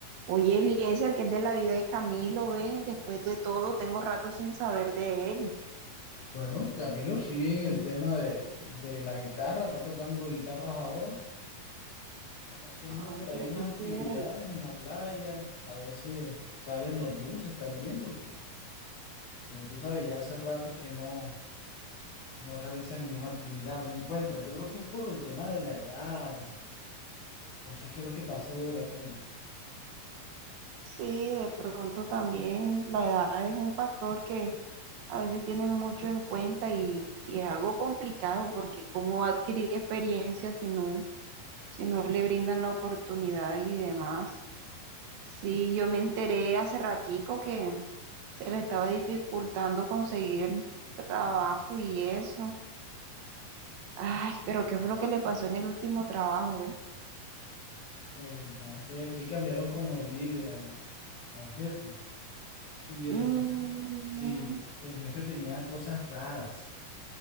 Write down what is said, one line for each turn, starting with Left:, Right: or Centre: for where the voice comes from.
Right: Oye, Eliezer, que es de la vida de Camilo, ven, después de todo, tengo rato sin saber de él.
Left: Bueno, Camilo sigue en el tema de, de la guitarra, está tocando guitarras ahora, está haciendo
Right: Ay,
Left: por ahí
Right: pero
Left: unas
Right: qué
Left: actividades
Right: chévere.
Left: en la playa, a veces salen los buses también, porque como tú sabes, ya hace rato que no, no realiza ninguna actividad, no encuentra Yo creo que es por el tema de la edad, o no sé qué es lo que pasa de verdad con él.
Right: Sí, de pronto también la edad es un factor que a veces tienen mucho en cuenta y, y es algo complicado porque cómo va a adquirir experiencia si no, si no le brindan la oportunidad y demás. Sí, yo me enteré hace ratico que se le estaba dificultando conseguir trabajo y eso. Ay, pero ¿qué fue lo que le pasó en el último trabajo, eh?
Left: Eh, no sé, es que cambiaron como el líder al, al jefe, y
Right: Mm,
Left: el jefe, sí, el jefe tenía cosas raras.